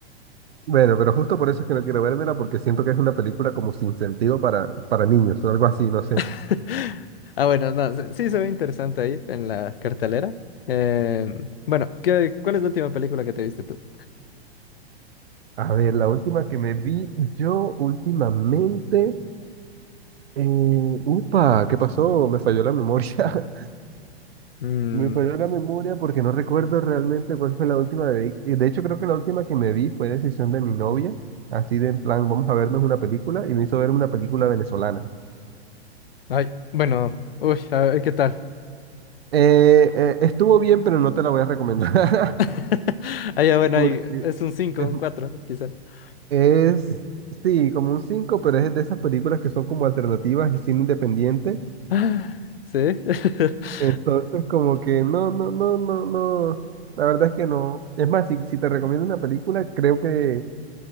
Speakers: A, on the right; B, on the left.
A: Bueno, pero justo por eso es que no quiero vérmela, porque siento que es una película como sin sentido para, para niños o algo así, no sé.
B: <laughs> Ah, bueno, no, se- sí se ve interesante ahí en la cartelera. Eh, bueno, ¿qué, cuál es la última película que te viste tú?
A: A ver, la última que me vi yo últimamente. eh, upa, ¿qué pasó? Me falló la memoria. <laughs>
B: Mm,
A: Me falló la memoria porque no recuerdo realmente cuál fue la última. De, y de hecho, creo que la última que me vi fue decisión de mi novia. Así de en plan, vamos a vernos una película. Y me hizo ver una película venezolana.
B: ay, bueno, uy, a ver, ¿qué tal?
A: Eh, eh, estuvo bien, pero no te la voy a recomendar.
B: <laughs> Ah, ya, bueno,
A: <laughs> Porque.
B: ahí es un 5,
A: es,
B: un 4, quizá. <gasps>
A: Es, sí, como un 5 pero es de esas películas que son como alternativas y cine independiente.
B: Ah, Sí, <laughs>
A: Entonces, como que no, no, no, no, no. La verdad es que no. Es más, si, si te recomiendo una película, creo que